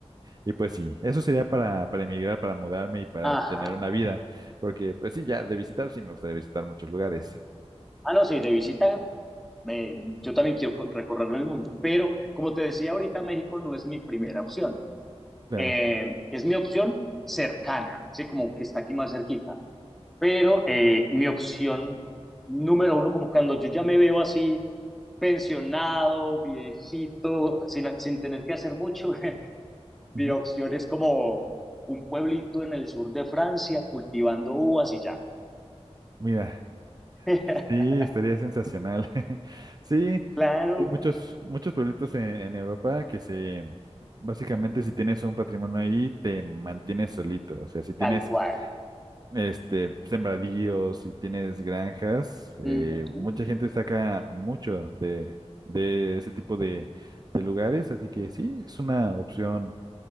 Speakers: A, on the right; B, in the centre.
A: y pues sí, eso sería para, para emigrar, para mudarme y para
B: Ajá.
A: tener una vida, porque pues sí, ya de visitar, sí me gustaría visitar muchos lugares.
B: Ah, no, sí, de visita. eh,
A: Sí,
B: yo también quiero co- recorrerlo el mundo, pero como te decía ahorita, México no es mi primera opción.
A: claro.
B: Eh, es mi opción cercana, sí, como que está aquí más cerquita. Pero eh, mi opción número uno, como cuando yo ya me veo así, pensionado, viejito, sin, sin tener que hacer mucho, <laughs>
A: Ujú.
B: mi opción es como un pueblito en el sur de Francia cultivando uvas y ya.
A: Mira,
B: <laughs>
A: sí, estaría sensacional. <laughs> Sí,
B: Claro,
A: hay muchos, muchos pueblitos en, en Europa que se, básicamente si tienes un patrimonio ahí, te mantienes solito, o sea, si tienes
B: tal cual.
A: este, sembradíos y tienes granjas, eh,
B: Ujú.
A: mucha gente saca mucho de, de ese tipo de, de lugares, así que sí, es una opción